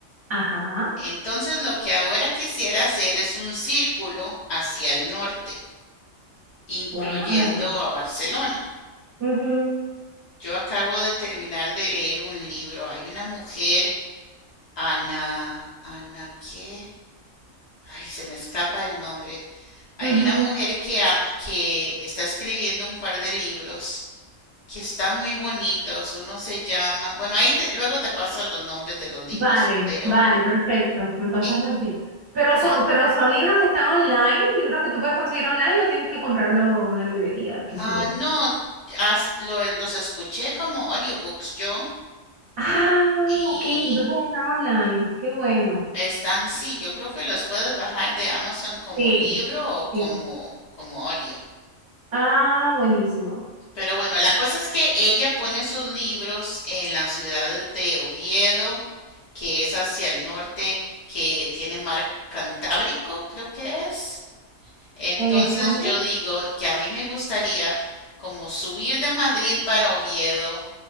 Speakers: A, on the right; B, on the left.
A: Ajá.
B: Entonces lo que ahora quisiera hacer es un círculo hacia el norte, incluyendo
A: Wow.
B: a Barcelona.
A: Ujú,
B: Yo acabo de terminar de leer un libro. Hay una mujer, Ana, Ana, ¿qué? Ay, se me escapa el nombre. Hay
A: ujú.
B: una mujer que, ha- que está escribiendo un par de libros que están muy bonitos. Uno se llama, bueno, ahí te- luego te paso los nombres de los libros,
A: Vale,
B: pero
A: vale, perfecto. Me pasas
B: eh,
A: los libros. Pero son,
B: l-
A: pero son libros que están online, libros que tú puedes conseguir online o tienes que comprarlo en una librería, qué sé
B: ah,
A: yo.
B: no, as- lo- los escuché como audiobooks yo
A: Ah,
B: y
A: ok, entonces está online. Qué bueno.
B: están, sí, yo creo que los puedes bajar de Amazon como
A: Sí,
B: libro o como,
A: sí.
B: como audio.
A: Ah, buenísimo.
B: Pero bueno, la cosa es que ella pone sus libros en las ciudades de Oviedo, que es hacia el norte, que tiene mar Cantábrico, creo que es Entonces
A: ¿En España?
B: yo digo que a mí me gustaría como subir de Madrid para Oviedo